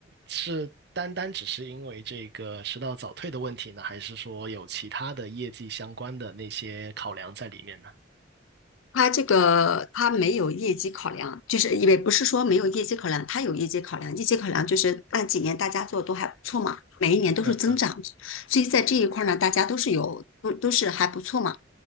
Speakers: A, on the right (about 55°); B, on the left (about 80°).
A: 是单单只是因为这个迟到早退的问题呢，还是说有其他的业绩相关的那些考量在里面呢？
B: 它这个它没有业绩考量，就是也不是说没有业绩考量，它有业绩考量。业绩考量就是那几年大家做的都还不错嘛，每一年都是增长，
A: 嗯
B: 所以在这一块儿呢，大家都是有都都是还不错嘛。